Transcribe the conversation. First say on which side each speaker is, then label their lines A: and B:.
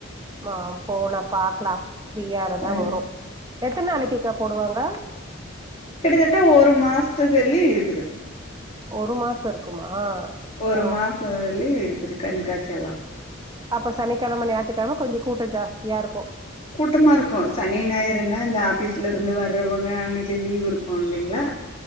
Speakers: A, on the right (about 20°); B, on the left (about 30°).
A: ஆ போன பாக்கலா ப்ரீயா இருந்த
B: அ
A: வரு எத்துன நாளைக்கி அக்கா போடுவாங்க
B: கிட்டத்தட்ட ஒரு மாசத்து பெள்ளி இருக்குது
A: ஒரு மாச இருக்குமா
B: ஒரு
A: அ
B: மாசோ வரலயு இருக்குது கண்காட்சி எல்லா
A: அப்ப சனிக்கெழம ஞாயித்துக்கெழம கொஞ்சோ கூட்டோ ஜாஸ்தியா இருக்கூ
B: கூட்டமா இருக்கு சனி ஞாயிறுனா இந்த ஆபீஸ்ல இருந்து வர்றவங்க அன்னைக்கி லீவ் இருக்கு இல்லைங்ளா